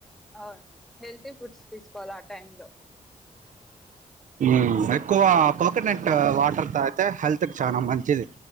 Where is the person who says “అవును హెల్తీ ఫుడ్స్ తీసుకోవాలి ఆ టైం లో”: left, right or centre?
Centre